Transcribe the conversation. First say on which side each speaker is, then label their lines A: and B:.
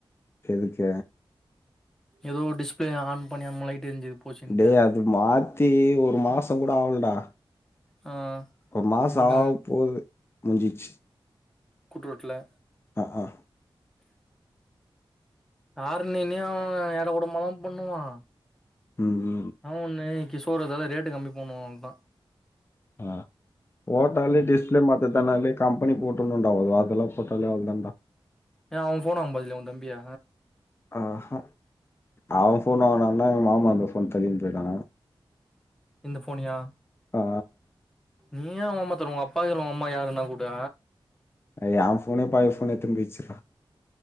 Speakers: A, on the left; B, in the centre.
A: எதுக்க
B: ஏதோ டிஸ்பிளே ஆன் பண்ணி அன்மே லைட்டு எரிஞ்சுது போச்சுன்ட்டு
A: டேய் அது மாத்தி ஒரு மாசோ கூடோ ஆவுல்டா
B: ஆ
A: ஒரு மாசோ
B: எங்க
A: ஆவொ போது முஞ்சிச்சி
B: கூட்ரோட்ல
A: அக் கா
B: ஆர்ணினே அவ ஏடாகுடமாதா பண்ணுவா
A: உம் ம்
B: இன்னா ஒண்ணு கிஷோர்தால ரேட்டு கம்மி பன்னுவா அவுள்தா
A: ஆ போட்டாலே
B: ம்
A: டிஸ்ப்ளே மாத்தத்தானாலே கம்பெனி போட்டுன்னோட்டா ஒரு வேறெயுள்ள போட்டாலே அவுள்தாண்டா
B: ஏ அவ ஃபோன் வாங்போதில்லியா உ தம்பிஅ
A: ஆ ஹ அவெ ஃபோன் வாங்னான்னா எங்மாமா அந்த ஃபோன் தல்லிக்கின் போய்ட் வாங்க
B: இந்த ஃபோனியா
A: ஆ
B: நீயா உங்கமா தரு உங்அப்பா உங்அம்மா யாருகுனா குடு
A: அது ஏ ஃபோனே பழைய ஃபோனு எத்துன்போயிச்சிடா